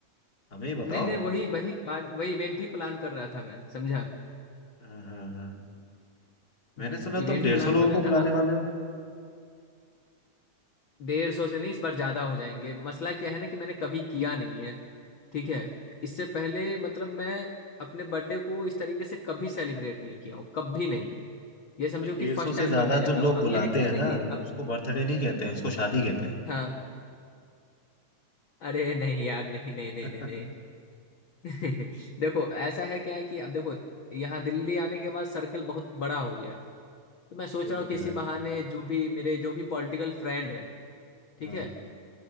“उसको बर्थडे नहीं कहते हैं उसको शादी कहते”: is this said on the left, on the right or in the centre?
Left